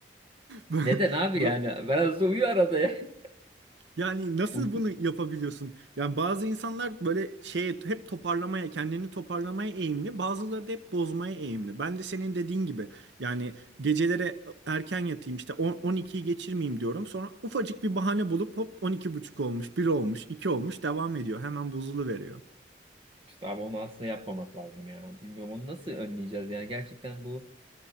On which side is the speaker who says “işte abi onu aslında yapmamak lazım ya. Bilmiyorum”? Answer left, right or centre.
Right